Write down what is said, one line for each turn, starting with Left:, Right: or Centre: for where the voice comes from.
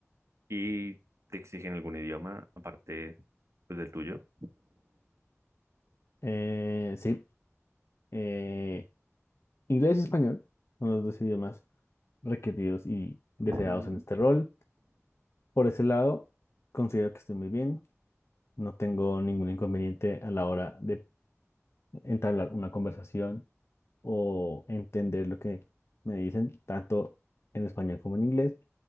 Right: Y te exigen algún idioma aparte pues, del tuyo.
Left: Eh, sí, eh, inglés y español son los dos idiomas requeridos y deseados
Right: Ujú.
Left: en este rol. Por ese lado, considero que estoy muy bien. No tengo ningún inconveniente a la hora de entablar una conversación o entender lo que me dicen, tanto en español como en inglés.